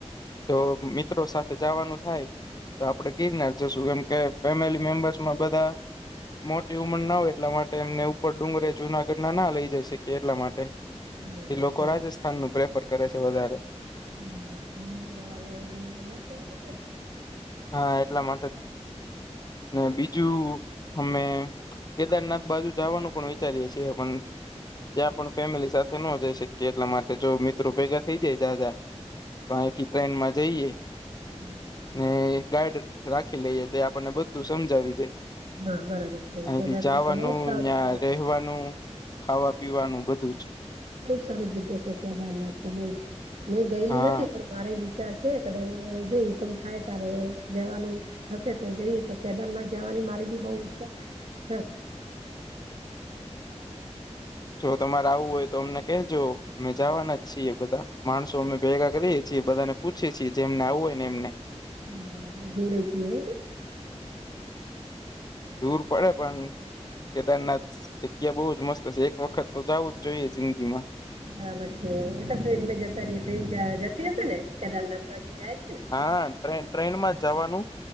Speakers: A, on the left (about 35°); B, on the right (about 70°).
A: તો મિત્રો સાથે જાવાનું થાય તો આપડે ગીરનાર જ શું કેમ કે ફેમિલી મેમ્બર્સમાં બધા મોટી ઉંમર ના હોય એટલા માટે એમને ઉપર ડુંગરે જુનાગઢ ના ના લઇ જાય શકીએ એટલા માટે.
B: બરાબર
A: એ લોકો
B: છે
A: રાજસ્થાન નું પ્રેફર કરે છે વધારે.
B: હમ હમવારા બીમાર ના પડીયે શું?
A: હા એટલા માટે ને બીજું અમે કેદારનાથ બાજુ જાવાનું પણ વિચારીએ છીએ પણ ત્યાં પણ ફેમિલી સાથે નો જઈ શકીએ એટલા માટે જો મિત્રો ભેગા થઈ જાય જાજા. તો આહીથી ટ્રેન માં જઈએ
B: હમ.
A: ને એક ગાઈડ રાખી લઈએ તે આપણને બધું સમજાવી દે.
B: હા બરાબર છે
A: અહીથી
B: કેદારનાથ
A: જાવાનું
B: તો બહુ સારું
A: યાં રહેવાનું ખાવા પીવાનું બધું જ
B: બહ સરારી જગ્યા છે કેદાર ના તો બ મેં ગયેલી
A: હા
B: નથી મારે વિચાર છે કદાચ જો હુકમ થાય ત્યારે જવાનું થશે તો જઈએ તો કેદારનાથ જાવાની મારી બી બઉ ઈચ્છા છે
A: જો તમાર આવું હોય તો અમને કહેજો અમે જાવાના જ છીએ બધા. માણસો અમે ભેગા કરીએ છીએ બધાને પૂછએ છીએ જેમને આવવું હોય ને એમને.
B: નાા બરાબર જોડે જીએ.
A: દૂર પડે પણ કેદારનાથ જગ્યા બહુ જ મસ્ત હશે એક વખત તો જવું જ જોઈએ જિંદગી માં.
B: બરાબર છે એ તો ટ્રેન જતા ર ટ્રેન જતી હશે ને કેદારનાથ બાજુ જાય છે ને.
A: હા ટ ટ્રેન માં જ જવાનું